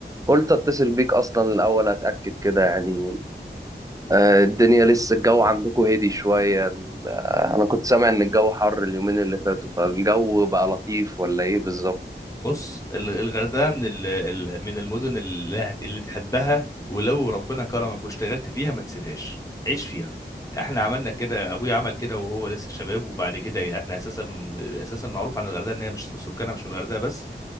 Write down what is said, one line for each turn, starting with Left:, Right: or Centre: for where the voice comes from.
Right: قلت اتصل بيك اصلا الاول اتاكد كده يعني آه، الدنيا لسه الجو عندكم هدي شوية ال- آه، أنا كنت سامع إن الجو حر اليومين اللي فاتوا فالجو بقى لطيف ولا إيه بالظبط؟
Left: بص ال- الغردقه من ال- ال- من المدن اللي هت- اللي تحبها ولو ربنا كرمك واشتغلت فيها ما تسيبهاش عيش فيها احنا عملنا كده ابويا عمل كده وهو لسه شباب وبعد كده احنا اساسا اساسا معروف عن الغردقه ان هي مش سكانها مش من الغردقه بس